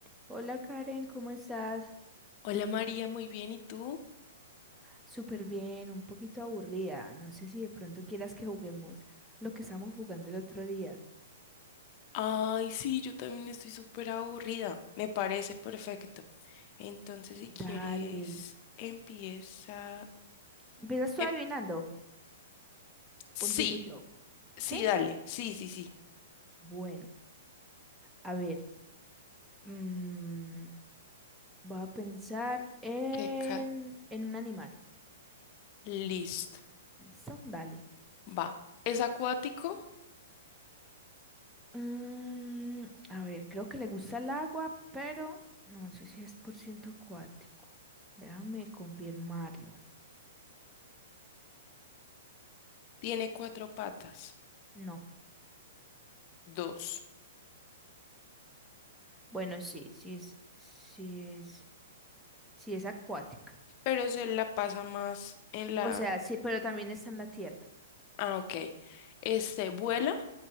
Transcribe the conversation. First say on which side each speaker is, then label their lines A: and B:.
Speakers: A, in the centre; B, on the left (about 40°).
A: Hola Karen, ¿cómo estás?
B: Hola María, muy bien, ¿y tú?
A: Súper bien, un poquito aburrida. No sé si de pronto quieras que juguemos lo que estábamos jugando el otro día.
B: Ay, sí, yo también estoy súper aburrida, me parece perfecto. Entonces, si quieres,
A: Dale.
B: empieza...
A: ¿Empiezas tú
B: em-
A: adivinando
B: sí,
A: o empiezo yo?
B: sí,
A: ¿Sí?
B: dale, sí, sí, sí.
A: Bueno, a ver. mm, voy a pensar en,
B: Qué ca-
A: en un animal.
B: Listo,
A: ¿Listo? Dale.
B: va. Es acuático,
A: Mm, a ver, creo que le gusta el agua, pero no sé si es por ciento acuático. Déjame confirmarlo.
B: tiene cuatro patas,
A: No.
B: dos,
A: Bueno, sí, sí es, sí es, sí es acuática.
B: pero se la pasa más en la...
A: O sea, sí, pero también está en la tierra.
B: Ah, ok. Este, vuela,